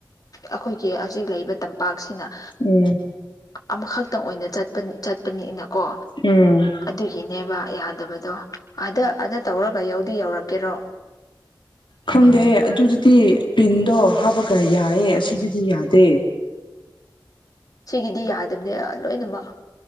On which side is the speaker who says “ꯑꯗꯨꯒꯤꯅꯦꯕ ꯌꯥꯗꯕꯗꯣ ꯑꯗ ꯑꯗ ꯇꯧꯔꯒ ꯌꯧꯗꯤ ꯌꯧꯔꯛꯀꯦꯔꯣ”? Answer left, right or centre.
Left